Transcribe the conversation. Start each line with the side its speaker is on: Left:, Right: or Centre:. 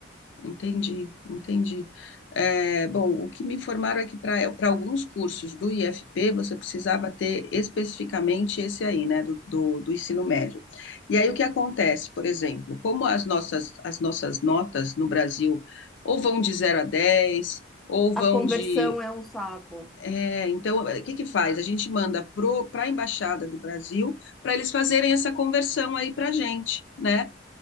Left: Entendi, entendi. É, bom, o que me informaram é que para para alguns cursos do IFP você precisava ter especificamente esse aí, né, do, do, do ensino médio. E aí o que acontece, por exemplo, como as nossas, as nossas notas no Brasil ou vão de zero a 10 ou
Centre: A
Left: vão
Centre: conversão
Left: de.
Centre: é um saco.
Left: é, então, o que que faz? A gente manda para a Embaixada do Brasil para eles fazerem essa conversão aí para a gente, né?